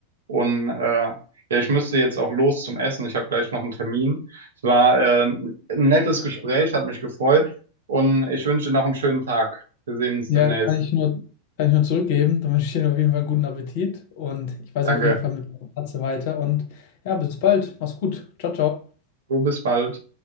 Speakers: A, on the right; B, on the left.
A: Und äh, ja, ich müsste jetzt auch los zum Essen. Ich habe gleich noch einen Termin. Es war äh, ein nettes Gespräch, hat mich gefreut und ich wünsche dir noch einen schönen Tag. Wir sehen uns
B: Ja,
A: demnächst.
B: kann ich nur, kann ich nur zurückgeben. Dann wünsche ich dir auf jeden Fall einen guten Appetit und ich weiß
A: Danke.
B: auf jeden Fall mit der Katze weiter. Und ja, bis bald. Mach's gut. Ciao, ciao.
A: So, bis bald.